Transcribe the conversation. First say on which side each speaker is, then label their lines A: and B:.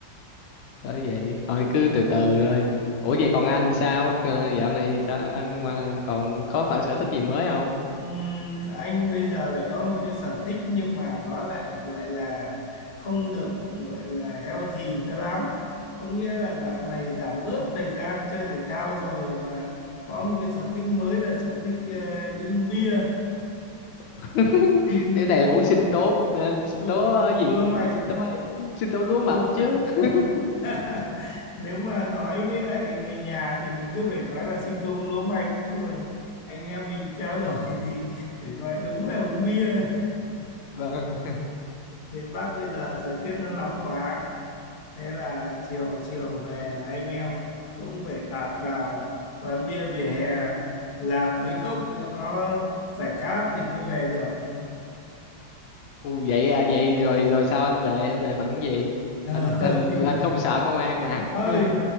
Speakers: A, on the left (about 80°); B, on the left (about 55°).
A: bởi vậy thôi cứ từ từ rồi ủa vậy còn anh sao Ờ, dạo này sao anh ngoài- còn có phải sở thích gì mới không
B: Ừm, anh bây giờ lại có một cái sở thích nhưng mà nó lại gọi là không được gọi là healthy cho lắm. Có nghĩa là dạo này giảm bớt thời gian chơi thể thao rồi và có một cái sở thích mới là sở thích ờ, đi uống bia.
A: <laughs>
B: <laughs>
A: cái này là uống sinh tố ờ, sinh
B: Ừ,
A: tố ờ,
B: đau
A: gì
B: lương mạch,
A: sinh tố ấy sinh tố lúa
B: đau
A: mạch
B: lương mạch.
A: chứ <laughs>
B: <laughs> Nếu mà nói với lại người nhà thì mình cứ phải nói là sinh tông lúa mạch. Nhưng mà anh em mình trao đổi <laughs> thì phải gọi đúng là uống bia.
A: vâng
B: miền Bắc bây giờ thời tiết nó nóng quá thế là chiều chiều về là anh em cũng phải tạt vào quán bia vỉa hè làm mấy cốc cho nó giải khát thì mới về được
A: ừ, vậy à vậy rồi rồi sao anh về anh về bằng cái gì
B: Ờ,
A: anh
B: <laughs>
A: anh
B: thì
A: anh không sợ công an à
B: ơi
A: <laughs>